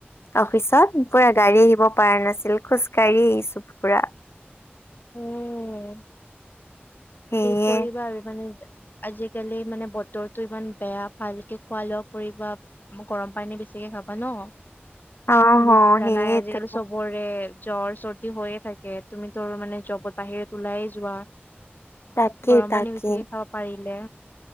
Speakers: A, on the left; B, on the left.
A: অফিচত পুৰা গাড়ী আহিব পাৰা নাছিল, খোজকাাঢ়ি আহিছো পুৰা।
B: উম
A: সেয়ে।
B: কৰিবা আৰু মানে যে আজিকালি মানে বতৰটো ইমান বেয়া, ভালকে খোৱা-লোৱা কৰিবা। গৰম পানী বেছিকে খাবা ন,
A: অ' হ
B: বেছি জানাই
A: সেয়েতো
B: আজিকালি চবৰ জ্বৰ-চৰ্দি হৈয়ে থাকে, তুমিতো মানে জবত বাহিৰত ওলাইয়ে যোৱা।
A: তাকে
B: গৰম
A: তাকে।
B: পানী বেছিকে খাবা পাৰিলে।